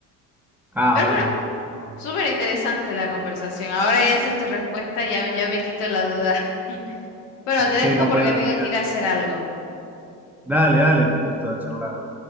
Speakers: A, in the centre; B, on the left.
A: Ah,
B: Pero
A: bueno.
B: bueno,
A: No.
B: súper interesante la conversación. Ahora ya sé tu respuesta, ya, ya me quito la duda. <laughs> Bueno, te dejo
A: Sí, no
B: porque
A: podía dormir.
B: tengo que ir a hacer algo.
A: Dale, dale, un gusto charlar.